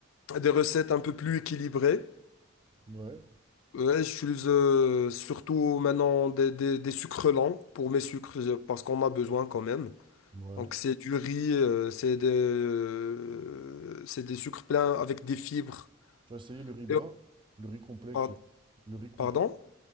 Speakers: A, on the left (about 75°); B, on the right (about 25°).
A: des recettes un peu plus équilibrées.
B: ouais,
A: Ouais, j'utilise euh, surtout maintenant des, des, des sucres lents pour mes sucres euh, parce qu'on a besoin quand même.
B: ouais.
A: Donc c'est du riz, euh, c'est des, euh, c'est des sucres pleins avec des fibres.
B: Tu as essayé le riz brun?
A: Et-
B: Le riz complet
A: par-
B: qui est- Le riz complet.
A: Pardon?